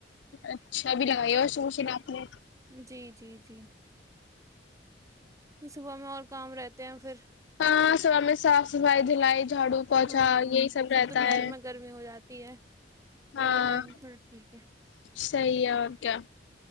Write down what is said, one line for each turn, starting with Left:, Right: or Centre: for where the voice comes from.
Left: اچھا ابھی لگائی اور سوچ ن آپ نے
Right: جی جی جی کہ صبح میں اور کام رہتے ہیں پھر
Left: ہاں صب میں صاف صفائی دلائی جھاڑو پوچھا
Right: ہاں
Left: یہی سب
Right: پھر
Left: رہتا
Right: دوپہر
Left: ہے
Right: میں گرمی ہو جاتی ہے پھر
Left: ہاں
Right: یہ ٹائم تھوڑا ٹھیک ہے
Left: صحیح ہے اور کیا